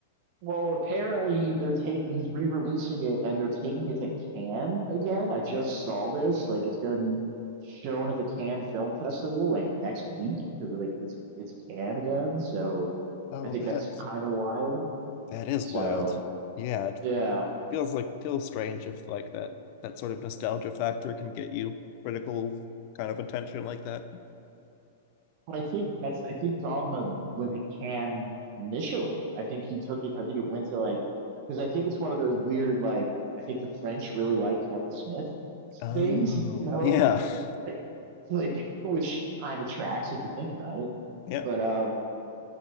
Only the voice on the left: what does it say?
Oh,
that's
that is
wild. Yeah, it
feels like feels strange if like that that sort of nostalgia factor can get you critical kind of attention like that.
Oh,
yeah. <laughs>
Yeah.